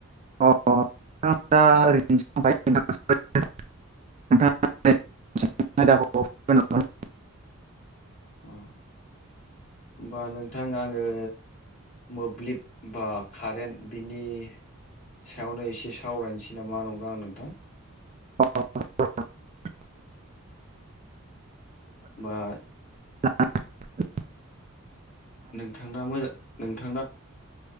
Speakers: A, on the right; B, on the left.
A: अ नोंथां दा <unintelligible> <unintelligible>
B: अ होनबा नोंथां आङो मोब्लिब बा कारेन्ट बिनि सायावनो एसे सावरायनोसै नामा नंदों आं नोंथां
A: <unintelligible>
B: बा
A: <unintelligible>
B: नोंथांना मोजां नोंथांना